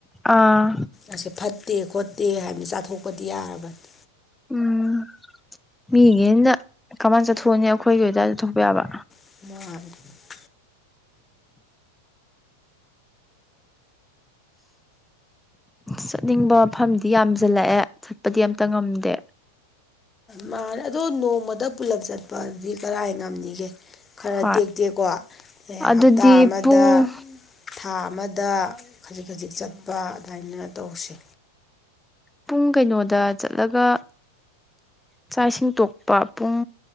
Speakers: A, in the centre; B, on the left (about 20°).
A: ꯑꯥ
B: ꯑꯁꯦ ꯐꯠꯇꯦ ꯈꯣꯠꯇꯦ ꯍꯥꯏꯅ ꯆꯥꯊꯣꯛꯄꯗꯤ ꯌꯥꯔꯕꯅꯤ
A: ꯎꯝ ꯃꯤꯒꯤ ꯌꯦꯟꯗ ꯀꯃꯥꯏ ꯆꯠꯊꯣꯛꯎꯅꯤ ꯑꯩꯈꯣꯏꯒꯤ ꯑꯣꯏꯗꯗꯤ ꯆꯠꯊꯣꯛꯄ ꯌꯥꯕ
B: <unintelligible>
A: ꯆꯠꯅꯤꯡꯕ ꯃꯐꯝꯗꯤ ꯌꯥꯝꯖꯜꯂꯛꯑꯦ ꯆꯠꯄꯗꯤ ꯑꯝꯇ ꯉꯝꯗꯦ
B: ꯃꯥꯅꯦ ꯑꯗꯣ ꯅꯣꯡꯃꯥꯗ ꯄꯨꯂꯞ ꯆꯠꯄꯑꯗꯤ ꯀꯔꯥꯏ ꯉꯝꯅꯤꯒꯦ ꯈꯔ
A: ꯍꯣꯏ
B: ꯇꯦꯛꯇꯦꯛꯀꯣ
A: ꯑꯗꯨꯗꯤ
B: ꯍꯞꯇꯥ ꯑꯃꯗꯥ
A: ꯄꯨꯡ
B: ꯊꯥ ꯑꯃꯗꯥ ꯈꯖꯤꯛ ꯈꯖꯤꯛ ꯆꯠꯄ ꯑꯗꯨꯃꯥꯏꯅ ꯇꯧꯁꯤ
A: ꯄꯨꯡ ꯀꯩꯅꯣꯗ ꯆꯠꯂꯒ ꯆꯥꯛ ꯏꯁꯤꯡ ꯇꯣꯛꯄꯥ ꯄꯨꯡ